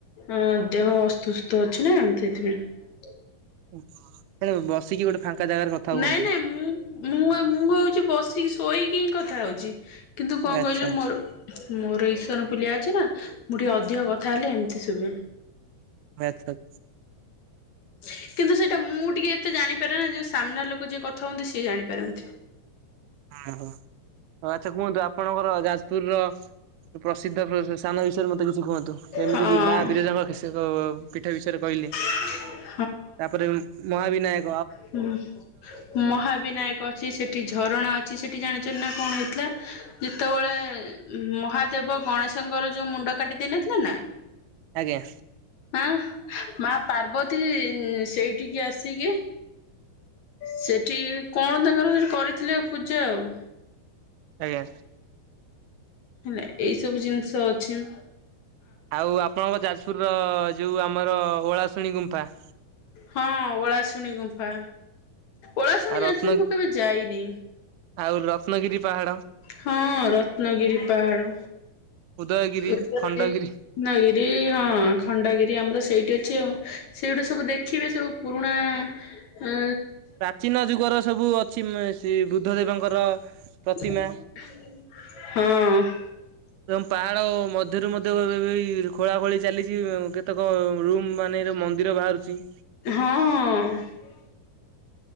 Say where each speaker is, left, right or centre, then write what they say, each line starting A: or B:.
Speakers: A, on the left (about 60°); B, on the right (about 85°).
A: ଅଁ ଦେହ ଅସୁସ୍ଥ ଅଛି ନା ସେଥିପାଇଁ। <inaudible>
B: ସେ <unintelligible> ବସିକି ଗୋଟେ। ଫାଙ୍କା ଜାଗାରେ କଥା ହୁଅନ୍ତୁ।
A: ନାଇଁ ନାଇଁ ମୁଁ ମୁଁ ମୁଁ ହଉଛି ବସିକି ଶୋଇକି ହିଁ କଥା ହଉଛି। କିନ୍ତୁ କଣ
B: ଆଚ୍ଛା।
A: କହିଲେ ମୋର ମୋର ଈଶନଫୁଲିଆ ଅଛି ନା ମୁଁ ଟିକେ ଅଧିକ କଥା ହେଲେ ଏମିତି ଶୁଭେ।
B: ଆଚ୍ଛା।
A: <inaudible> କିନ୍ତୁ ସେଇଟା ମୁଁ ଟିକେ ଏତେ ଜାଣିପାରେ ନା ଯେ ସାମ୍ନା ଲୋକ ଯିଏ କଥା ହୁଅନ୍ତି ସିଏ ଜାଣିପାରନ୍ତି।
B: ଓ ହୋଉ ଆଚ୍ଛା କୁହନ୍ତୁ ଆପଣଙ୍କର ଯାଜପୁରର ପ୍ରସିଦ୍ଧ ସ୍ଥାନ ବିଷୟରେ ମତେ କିଛି କୁହନ୍ତୁ ଏମିତି
A: ହଁ
B: ମା ବିରଜା ପିଠ ବିଷୟରେ କହିଲେ।
A: <inaudible>
B: ତାପରେ ମହାବିନାୟ
A: ହୁଁ ମହାବିନାୟକ ଅଛି ସେଠି ଝର ଣା ଅଛି ସେଠି ଜାଣିଛନ୍ତି ନା କଣ ହେଇଥିଲା ଯେତେବେଳେ ମହାଦେବ ଗଣେଶଙ୍କର ଯୋଉ ମୁଣ୍ଡ କାଟିଦେଇ ନଥିଲେ ନା
B: ଆଜ୍ଞା।
A: ଆଁ। ମା ପାର୍ବତୀ ସେଇଠିକି ଆସିକି ସେଠି କଣ ତାଙ୍କର ସେଠି କରିଥିଲେ ପୂଜା ଆଉ।
B: ଆଜ୍ଞା।
A: ହେଲା ଏଇ ସବୁ ଜିନିଷ ଅଛି।
B: ଆଉ ଆପଣଙ୍କ ଯାଜପୁରର ଯୋଉ ଆମର ଓଳାଶୁଣୀ ଗୁମ୍ଫା।
A: ହଁ ଓଳାଶୁଣି ଗୁମ୍ଫା ଓଳାଶୁଣି
B: ଆଉ
A: ଜାଣିଥିଲି
B: ରତ୍ନ
A: ମୁଁ କେବେ ଯାଇନି?
B: ଆଉ ରତ୍ନଗିରି ପାହାଡ଼
A: ହଁ ରତ୍ନଗିରି ପାହାଡ।
B: ଉଦୟଗିରି
A: ଉଦୟଗିରି
B: ଖଣ୍ଡଗିରି
A: ହଁ ଖଣ୍ଡଗିରି ଆମର ସେଇଠି ଅଛି ଆଉ। ସେଗୁଡା ସବୁ ଦେଖିବେ ସବୁ ପୁରୁଣା ଅ
B: ପ୍ରାଚୀନ ଯୁଗର ସବୁ ଅଛି ସେ ବୁଦ୍ଧ ଦେବଙ୍କର
A: ହଁ।
B: ପ୍ରତିମା ଏବଂ ପାହାଡ ମଧ୍ୟରୁ ଏଇ ମଧ୍ୟ ଖୋଳା ଖୋଳି ଚାଲିଛି କେତେକ ରୁମ ମାନେ ମନ୍ଦିର ବାହାରୁଛି।
A: ହଁ